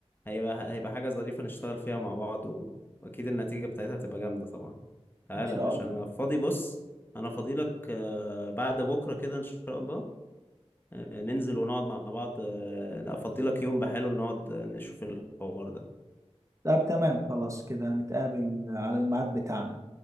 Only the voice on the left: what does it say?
هيبقى هيبقى حاجة ظريفة نشتغل فيها مع بعض و... واكيد النتيجة بتاعتها هتبقى جامدة طبعا تعالى
يا باشا
انا فاضي بص انا فاضي لك آه، بعد بكرة كده ان شاء الله آه، ننزل ونقعد مع بعض آه، افضي لك يوم بحاله نقعد نشوف الحوار ده